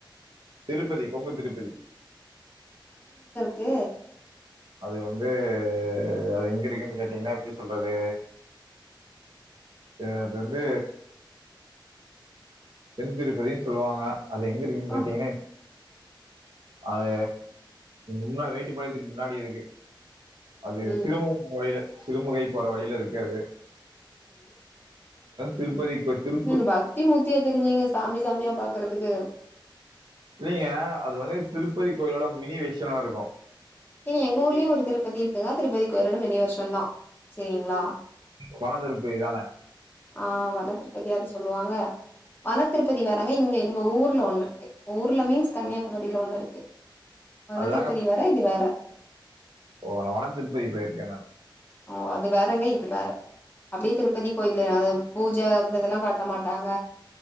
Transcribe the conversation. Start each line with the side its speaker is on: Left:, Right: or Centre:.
Right: திருப்பதி கொங்கு திருப்பதி
Left: கு
Right: அது வந்து அது எங்க இருக்குன் கேட்டீங்ன்னா எப்டி சொல்றது து அது வந்து தென் திருப்பதின் சொல்லுவாங்க அது எங்க இருக்குன் கேட்டீங்ன்னா
Left: ஆ
Right: அது முன்னா வேட்டி பழையத்துக்கு முன்னாடி இருக்கு அது
Left: ம்
Right: சிறுமுகை போற வழியில சிறுமுகை போற வழியில இருக்கது திருப்பதி கோ திருப்பு
Left: ஏங்க பக்தி முத்தியா திரிஞ்சீங்க சாமி சாமியா பாக்குறதுக்கு
Right: இல்லைங்க அது வந்து திருப்பதி கோயிலோட மினி வேஷனா இருக்கு
Left: ஏங்க எங்க ஊர்லியு ஒரு திருப்பதி இருக்குங்க திருப்பதி கோயிலோட மினிவர்ஷன் தா செரிங்ளா
Right: கொளந்திருப்பதி தான
Left: ஆ வனத்திருப்பதியா அது சொல்லுவாங்க வனத்திருப்பதி வேறங்க இங்க எங்க ஊர்ல ஒண்ணு இருக்கு ஊர்ல மீன்ஸ் கன்னியாகுமரியில ஒண்ணு இருக்கு வன
Right: அதுதாங்க
Left: திருப்பதி வேற இது வேற
Right: ஓ நா வனதிருப்பதி போயிருக்கே நா
Left: ஓ அது வேறங்க இது வேற அப்டியே திருப்பதி கோயில்லு அது பூஜ அந்த இதெல்லா காட்ட மாட்டாங்க